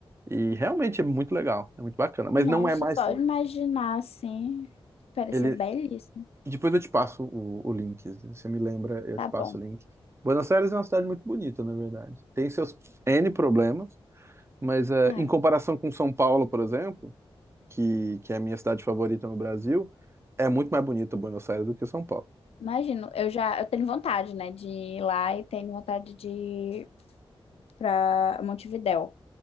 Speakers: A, on the right; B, on the left.
A: E realmente é muito legal, é muito bacana. Mas
B: Nossa,
A: não é mais.
B: só
A: cine-
B: de imaginar assim, pareceu
A: Ele,
B: belíssimo.
A: Depois eu te passo o, o link. Você me lembra, eu
B: Tá
A: te passo
B: bom.
A: o link. Buenos Aires é uma cidade muito bonita, na verdade. Tem seus N problemas, mas eh,
B: Ah,
A: em comparação com São Paulo, por exemplo, que, que é a minha cidade favorita no Brasil, é muito mais bonita Buenos Aires do que São Paulo.
B: imagino. Eu já, eu tenho vontade, né, de ir lá e tenho vontade de para Montevidéu.